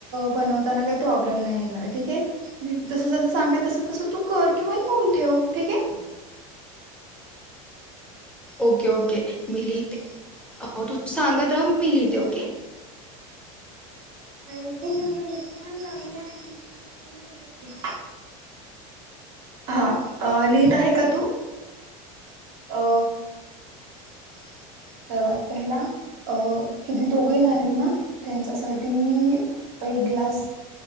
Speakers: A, on the right; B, in the centre.
A: बनवताना काही प्रॉब्लेम नाही. ठीके मी जस जस सांगते तस तसं तू कर किंवा लिहून ठेव ठीक आहे.
B: ओके ओके मी लिहिते तुझ सांगत राहा म मी लिहिते ओके,
A: <unintelligible> हा लिहित आहे का तू, अ
B: <inaudible>
A: सर्वात पहिला अ किती दोघं येणार आहेत ना त्यांच्यासाठी ऐक ग्लास,